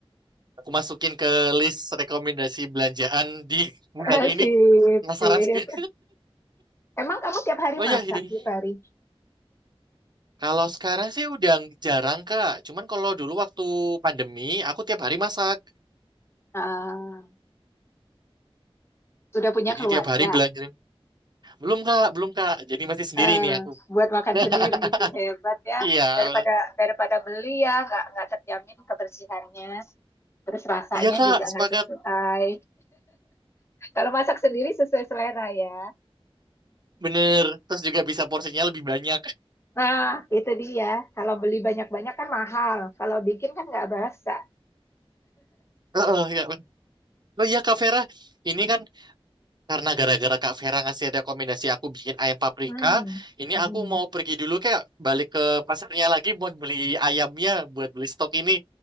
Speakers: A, on the right; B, on the left.
A: Aku masukin ke list rekomendasi belanjaan di bulan
B: <laughs>
A: ini.
B: Sip,
A: Penasaran
B: sip.
A: sekali.
B: Emang kamu tiap hari
A: Oh ya,
B: masak
A: ini.
B: di Pari?
A: Kalau sekarang sih udah jarang, Kak. Cuman kalau dulu waktu pandemi, aku tiap hari masak.
B: Ah, udah punya
A: Jadi
B: keluarga.
A: tiap hari belanja. Belum, Kak. Belum, Kak. Jadi masih sendiri
B: Eh,
A: nih aku.
B: buat makan
A: <laughs>
B: sendiri hebat ya.
A: Iya.
B: Daripada
A: bener.
B: daripada beli ya, nggak nggak terjamin kebersihannya. Terus rasanya
A: Iya, Kak.
B: juga
A: Sepakat.
B: nggak sesuai. Kalau masak sendiri sesuai selera ya.
A: Bener. Terus juga bisa porsinya lebih banyak. <laughs>
B: Nah, itu dia. Kalau beli banyak-banyak kan mahal. Kalau bikin kan nggak berasa.
A: Heeh, ya. Oh iya Kak Vera, ini kan Karena gara-gara Kak Vera ngasih rekomendasi aku bikin ayam paprika,
B: Hmm.
A: ini
B: Hmm.
A: aku mau pergi dulu kayak balik ke pasarnya lagi buat beli ayamnya, buat beli stok ini.